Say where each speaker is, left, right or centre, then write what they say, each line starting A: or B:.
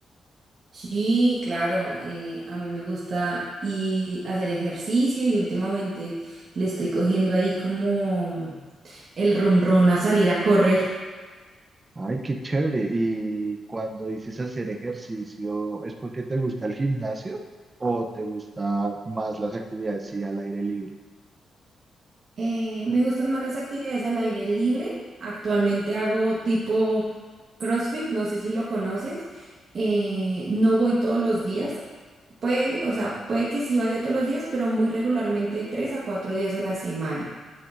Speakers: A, on the right (about 55°); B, on the right (about 25°).
A: Sí, claro, eh, a mí me gusta y hacer ejercicio y últimamente le estoy cogiendo ahí como el run run a salir a correr.
B: Ay, qué chévere. ¿Y cuando dices hacer ejercicio, es porque te gusta el gimnasio o te gusta más las actividades sí, al aire libre?
A: Eh, me gustan más las actividades al aire libre. Actualmente hago tipo CrossFit, no sé si lo conoces. Eh, no voy todos los días. Puede, o sea, puede que sí vaya todos los días, pero muy regularmente tres a cuatro días a la semana.